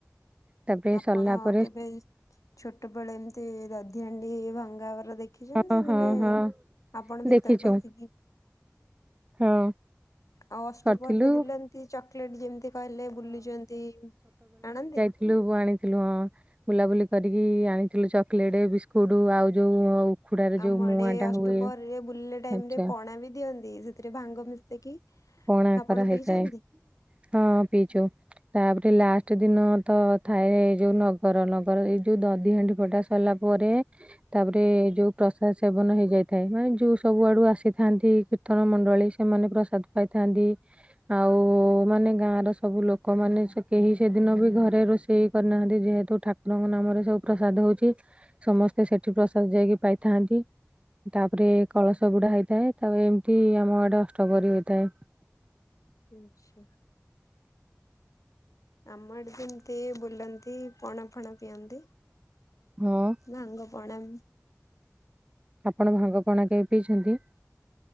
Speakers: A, on the right (about 20°); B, on the left (about 80°).
A: ତାପରେ
B: ଆପଣ
A: ସରିଲା ପରେ
B: କେବେ ଛୋଟବେଳେ ଏମତି ଦଧିହାଣ୍ଡି ଭଙ୍ଗାହବାର ଦେଖି ଦେଖିଛନ୍ତି
A: ହଁ ହଁ
B: ମାନେ
A: ହଁ
B: ଆପଣ
A: ଦେଖିଛୁ
B: ଭିତରେ ପସିକି
A: ହଁ।
B: ଆଉ ଅଷ୍ଟପହରିରେ
A: କରିଥିଲୁ
B: ବୁଲନ୍ତି ଚକୋଲେଟ ଯେମିତି କହିଲେ ବୁଲୁଛନ୍ତି। ଆଣନ୍ତି?
A: ଫୁଲକୁ ଆଣିଥିଲୁ ହଁ। ବୁଲାବୁଲି କରିକି ଆଣିଥିଲୁ ଚକୋଲେଟ, ବିସ୍କୁଟ ଆଉ ଯୋଉ ଉଖୁଡାରେ
B: ଆମ
A: ଯୋଉ
B: ଆଡେ
A: ମୁଆଁ ଟା
B: ଅଷ୍ଟପହରିରେ
A: ହୁଏ
B: ବୁଲିଲା ଟାଇମରେ
A: ଆଚ୍ଛା
B: ପଣା ବି ଦିଅନ୍ତି ସେଥିରେ ଭାଙ୍ଗ ମିଶେଇକି
A: ପଣାକରା
B: ଆପଣ
A: ହେଇଥାଏ।
B: ପିଇଛନ୍ତି?
A: ତ ପିଇଛୁ। ତାପରେ ଲାଷ୍ଟ ଦିନ ତ ଥାଏ ଏଇ ଯୋଉ ନଗର। ନଗର ଏଇ ଯୋଉ ଦଧି ହଣ୍ଡି ଫଟା ସରିଲା ପରେ ତାପରେ ଯୋଉ ପ୍ରସାଦ ସେବନ ହେଇଯାଇଥାଏ। ମାନେ ଯୋଉ ସବୁ ଆଡୁ ଆସିଥାନ୍ତି। କୀର୍ତ୍ତନ ମଣ୍ଡଳୀ ସେମାନେ ପ୍ରସାଦ ପାଇଥାନ୍ତି। ଆଉ ମାନେ ଗାଁ ର ସବୁ ଲୋକମାନେ ସେ କେହି ସେଦିନ ବି ଘରେ ରୋଷେଇ କରିନାହାନ୍ତି ଯେହେତୁ ଠାକୁରଙ୍କ ନାମରେ ସବୁ ପ୍ରସାଦ ହଉଚି। ସମସ୍ତେ ସେଠି ପ୍ରସାଦ ଯାଇକି ପାଇଥାନ୍ତି ତାପରେ କଳସ ବୁଡା ହେଇଥାଏ। ତ ଏମିତି ଆମ ଆଡେ ଅଷ୍ଟପ୍ରହରୀ ହୋଇଥାଏ।
B: ଆଚ୍ଛା ଆମ ଆଡେ ଯେମତି ବୁଲନ୍ତି ତି ପଣା ଫଣା ପିଅନ୍ତି।
A: ହଁ
B: ଭାଙ୍ଗ ପଣା
A: ଆପଣ ଭାଙ୍ଗପଣା କେବେ ପିଇଚନ୍ତି?